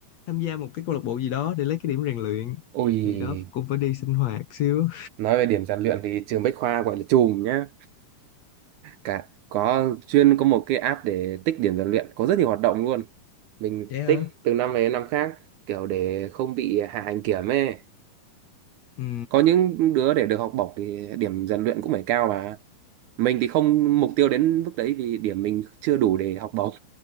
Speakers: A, on the left (about 60°); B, on the right (about 75°).
A: tham gia một cái câu lạc bộ gì đó để lấy cái điểm rèn luyện
B: Ôi
A: thì đó cũng phải đi sinh hoạt xíu
B: nói về điểm rèn luyện thì trường Bách Khoa gọi là chùm nhá cả có chuyên có một cái app để tích điểm rèn luyện có rất nhiều hoạt động luôn mình
A: vậy hả
B: tích từ năm này đến năm khác kiểu để không bị hạ hành kiểm ấy
A: ừ
B: có những đứa để được học bổng thì điểm rèn luyện cũng phải cao mà mình thì không mục tiêu đến mức đấy vì điểm mình chưa đủ để học bổng